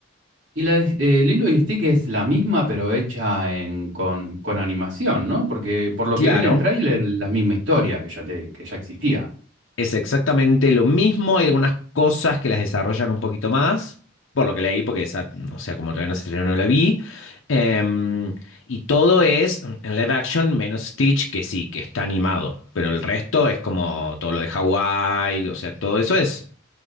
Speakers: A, on the right; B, on the left.
A: Y la de- eh, Lilo y Stick es la misma, pero hecha en, con, con animación, ¿no? Porque por lo
B: Claro.
A: que vi en el tráiler, la misma historia que ya, te, que ya existía.
B: Es exactamente lo mismo, hay algunas cosas que las desarrollan un poquito más, por lo que leí, porque esa, o sea, como todavía no se estrenó, no la vi. Em, y todo es en live action, menos Stitch, que sí, que está animado, pero el resto es como todo lo de Hawái, o sea, todo eso es,